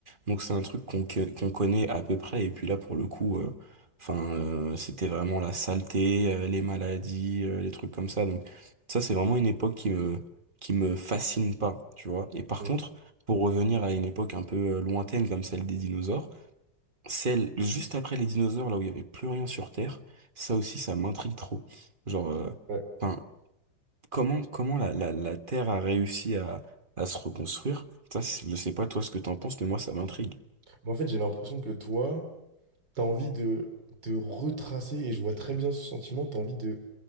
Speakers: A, on the right; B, on the right.
A: Donc c'est un truc qu'on que- qu'on connaît à peu près et puis là pour le coup euh, enfin euh, c'était vraiment la saleté, euh, les maladies, euh, les trucs comme ça. Donc ça c'est vraiment une époque qui me qui me fascine pas, tu vois. Et par
B: Mm.
A: contre, pour revenir à une époque un peu euh, lointaine comme celle des dinosaures celle juste après les dinosaures, là où il y avait plus rien sur Terre, ça aussi, ça m'intrigue trop. Genre, euh,
B: Ouais.
A: enfin, comment, comment la, la, la Terre a réussi à, à se reconstruire? Ça, c'est- je sais pas toi ce que t'en penses, mais moi, ça m'intrigue.
B: Mais en fait, j'ai l'impression que toi, t'as envie de, de retracer, et je vois très bien ce sentiment, t'as envie de,